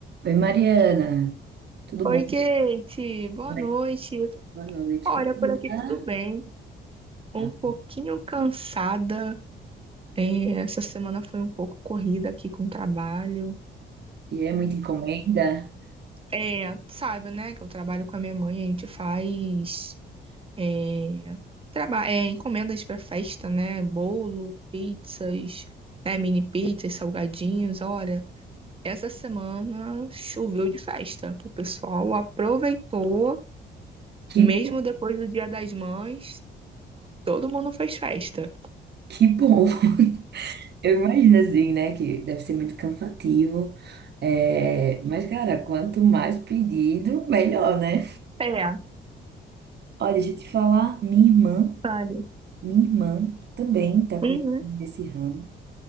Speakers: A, on the right (about 55°); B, on the right (about 25°).
A: Oi, Mariana, tudo
B: Oi,
A: bom?
B: Kate, boa
A: Como
B: noite.
A: é que- tá? Boa noite.
B: Olha,
A: Como é que
B: por
A: você
B: aqui
A: tá?
B: tudo bem. Um
A: Ah,
B: pouquinho cansada. É, essa semana foi um pouco corrida aqui com o trabalho.
A: e é muita encomenda?
B: É, sabe, né, que eu trabalho com a minha mãe, a gente faz é, traba é, encomendas para festa, né? Bolo, pizzas, né, mini pizzas, salgadinhos. Olha, essa semana choveu de festa. O pessoal aproveitou,
A: Que,
B: mesmo depois do Dia das Mães. Todo mundo fez festa.
A: que bom! <laughs> Eu imagino assim, né, que deve ser muito cansativo. É, mas, cara, quanto mais pedido, melhor, né?
B: É,
A: Olha, deixa eu te falar, minha irmã,
B: sabe?
A: minha irmã também tá começando
B: Uhum.
A: nesse ramo.